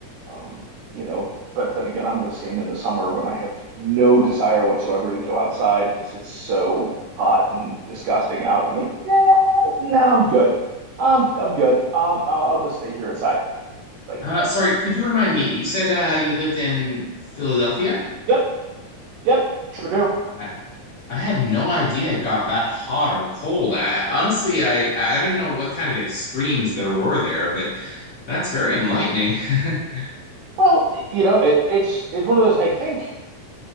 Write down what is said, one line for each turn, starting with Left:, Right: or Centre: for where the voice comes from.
Right: Um, you know, but then again, I'm the same in the summer when I have no desire whatsoever to go outside because it's so hot and disgusting out. I'm like, no, no, I'm good. I'm I'm good. Um, I'll I'll just stay here inside. Like,
Left: Uh, sorry, could you remind me? You said uh you lived in Philadelphia?
Right: yep, yep, sure do.
Left: I, I had no idea it got that hot or cold. I honestly, I I didn't know what kind of extremes there were there, but that's very enlightening. <laughs>
Right: Well, you know, it, it's it's one of those. I think